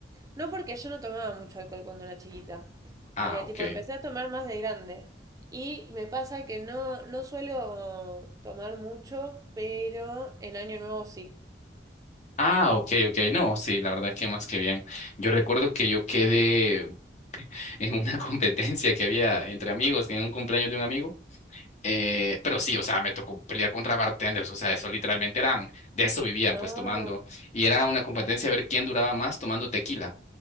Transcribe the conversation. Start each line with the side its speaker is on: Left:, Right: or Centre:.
Right: no porque yo no tomaba mucho alcohol cuando era chiquita.
Left: Ah,
Right: Eh,
Left: ok.
Right: tipo, empecé a tomar más de grande. Y me pasa que no, no suelo tomar mucho, pero en Año Nuevo sí.
Left: Ah, ok, ok, no, sí, la verdad que más que bien. Yo recuerdo que yo quedé en una <laughs> competencia que había entre amigos, en un cumpleaños de un amigo, eh, pero sí, o sea, me tocó pelear contra bartenders, o sea, eso literalmente eran, de eso vivían
Right: No,
Left: pues tomando, y era una competencia a ver quién duraba más tomando tequila,